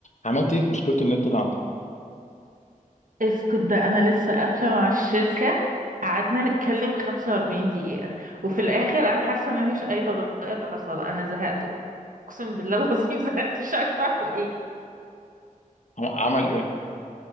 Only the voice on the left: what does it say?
عملت ايه في مشكله النت اللي عندك
عم- عمل ايه